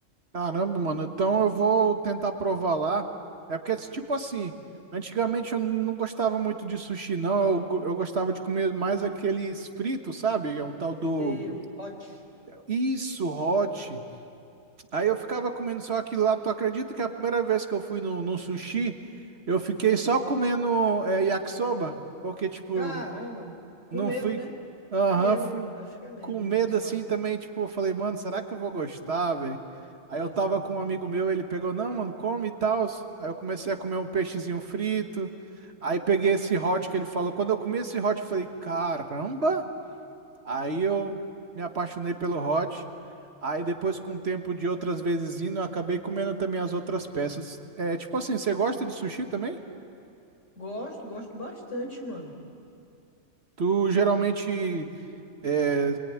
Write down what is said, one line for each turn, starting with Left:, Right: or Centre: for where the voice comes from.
Right: caramba, mano. Então eu vou tentar provar lá. É porque tipo assim, antigamente eu não gostava muito de sushi não, eu, go- eu gostava de comer mais aqueles fritos, sabe? É um tal do
Left: Seu hot.
Right: isso, hot. Aí eu ficava comendo só aquilo lá. Tu acredita que a primeira vez que eu fui no, no sushi, eu fiquei só comendo é, yakisoba? Porque, tipo,
Left: Caramba. Com
Right: não
Left: medo,
Right: fui.
Left: né?
Right: Aham,
Left: É medo.
Right: fui
Left: Acho que é medo
Right: com medo
Left: do pessoal.
Right: assim também. Tipo, eu falei, mano, será que eu vou gostar, velho? Aí
Left: Exatamente.
Right: eu tava com um amigo meu, ele pegou, não, mano, come e tal. Aí eu comecei a comer um peixezinho frito. Aí peguei esse hot que ele falou. Quando eu comi esse hot, eu falei, caramba! Aí eu me apaixonei pelo hot. Aí depois, com o tempo de outras vezes indo, eu acabei comendo também as outras peças. É, tipo assim, você gosta de sushi também?
Left: Gosto, gosto bastante, mano.
Right: Tu geralmente é,